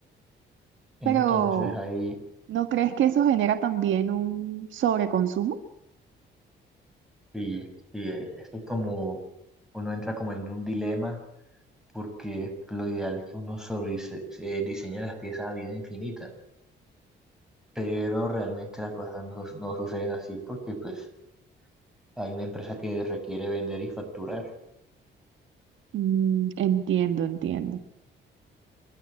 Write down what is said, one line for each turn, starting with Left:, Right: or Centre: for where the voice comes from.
Centre: Entonces
Right: pero...
Centre: ahí
Right: ¿No crees que eso genera también un sobreconsumo?
Centre: sí, sí, eh, esto es como uno entra como en un dilema, porque lo ideal es que uno sobre se diseña las piezas a vida infinita, pero realmente las cosas no, no suceden así porque pues hay una empresa que requiere vender y facturar.
Right: Mm, entiendo, entiendo.